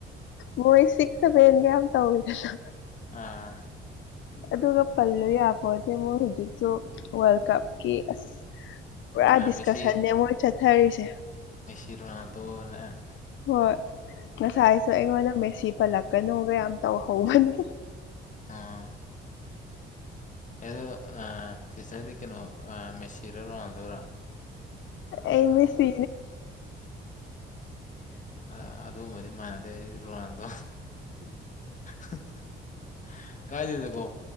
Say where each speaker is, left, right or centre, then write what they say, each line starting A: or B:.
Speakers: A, on the left; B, on the left.
A: ꯃꯣꯏ ꯁꯤꯛꯁ ꯁꯚꯦꯟꯒ ꯌꯥꯝ ꯇꯧꯔꯤꯗꯅ
B: ꯑꯥ
A: ꯑꯗꯨꯒ ꯄꯜꯂꯨ ꯌꯥꯕꯗꯤ ꯃ ꯍꯧꯖꯤꯛꯁꯨ ꯋꯥꯔꯜ ꯀꯞꯀꯤ ꯑꯁ ꯄꯨꯔꯥ
B: ꯑꯥ
A: ꯗꯤꯁꯀꯁꯟꯅꯦ
B: ꯃꯦꯁꯤ
A: ꯃꯣꯏ ꯆꯠꯊꯔꯤꯁꯦ
B: ꯆꯤꯔꯣꯅꯥꯗꯣꯅ
A: ꯍꯣꯏ ꯉꯁꯥꯏꯁꯨ ꯑꯩꯉꯣꯟꯗ ꯃꯦꯁꯤ ꯄꯜꯂꯛꯀꯅꯨꯒ ꯌꯥꯝ ꯇꯧꯍꯧꯕꯅꯤ
B: ꯑꯥ ꯑꯗꯣ ꯁꯤꯗꯗꯤ ꯀꯩꯅꯣ ꯃꯦꯁꯤꯔ ꯂꯣꯗꯣꯏꯔꯥ
A: ꯑꯦꯃꯦꯁꯤ
B: ꯑꯣ ꯑꯗꯨꯒꯨꯝꯕꯗꯤ ꯃꯥꯟꯅꯗꯦ ꯑꯩ ꯔꯣꯅꯥꯜꯗꯣ <inaudible> ꯀꯥꯏ ꯗꯗ ꯀꯣ